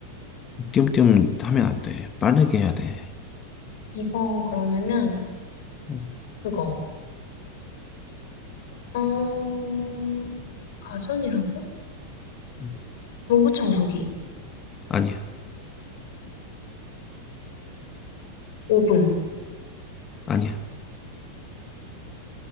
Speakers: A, on the left; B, on the left.
A: 띄엄띄엄 하면 안 돼. 빠르게 해야 돼.
B: 이거 그러면은,
A: 응,
B: 그거. 어, 가전이라고?
A: 응.
B: 로봇 청소기.
A: 아니야.
B: 오븐.
A: 아니야.